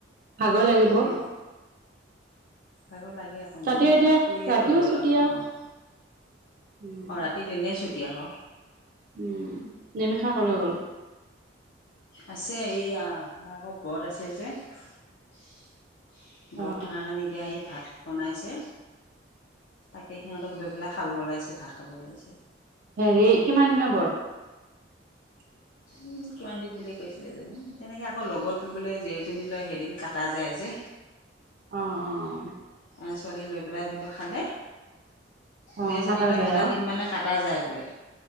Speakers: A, on the right; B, on the left.
A: ভাগৰ
B: টোপনি
A: লাগিব।
B: আকৌ লাগে আকৌ
A: তাতে
B: মই
A: এতিয়া
B: শুইয়ে
A: ৰাতিও
B: ল'লোঁ অলপ
A: ছুটি
B: সময়
A: আৰু উম
B: অ ৰাতি তেনে ছুটি আকৌ।
A: উম নিমিষা কলৈ গ'ল
B: আছে এইয়া আকৌ ব্ৰত আছে যে ব্ৰত
A: অ
B: থকাৰ কাৰণে এতিয়া এই ভাত বনাইছে তাকে সিহঁতক লৈ পেলাই খাব ওলাইছে ভাত খাব ওলাইছে।
A: হেৰি কিমান দিনৰ বৰত <inaudible>
B: উম কিমান দিন বুলি কৈছিলে জানো তেনেকে আকৌ লগত লবলে যেই এজনী লয় সেইদিন কাটা যায় যে
A: অ অ
B: এ ছোৱালী লৈ পেলাই ধৰি ল খালে
A: অ অ
B: যেইজনী
A: কাটা
B: ল
A: যায়
B: সেইটা
A: আৰু
B: দিন মানে কাট টা যায় বোলে